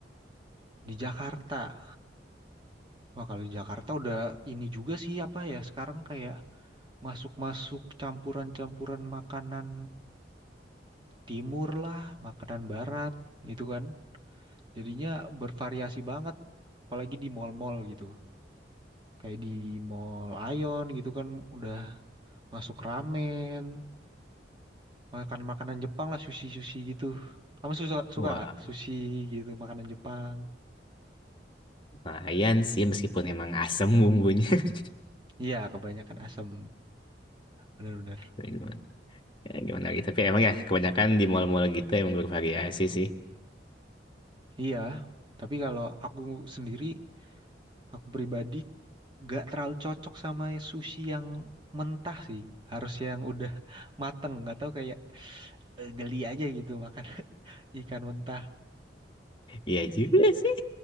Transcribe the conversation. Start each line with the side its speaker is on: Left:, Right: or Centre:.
Right: di Jakarta. Wah, kalau di Jakarta udah ini juga sih apa ya sekarang kayak masuk-masuk campuran-campuran makanan timur lah, makanan barat gitu kan. Jadinya bervariasi banget, apalagi di mall-mall gitu. Kayak di Mall Aeon gitu kan udah masuk ramen, makan makanan Jepang lah, sushi-sushi gitu. Kamu suka suka
Left: Wah,
Right: nggak sushi gitu makanan Jepang?
Left: lumayan sih meskipun emang asem bumbunya. <laughs>
Right: Iya, kebanyakan asam, Bener-bener.
Left: Ya Gimana, ya, gimana lagi? Tapi emang ya kebanyakan di mall-mall gitu emang bervariasi sih.
Right: Iya, tapi kalau aku sendiri, aku pribadi gak terlalu cocok sama sushi yang mentah sih. Harus yang udah <laughs> mateng, gak tahu kayak eh, geli aja gitu makan <laughs> ikan mentah.
Left: Iya juga sih.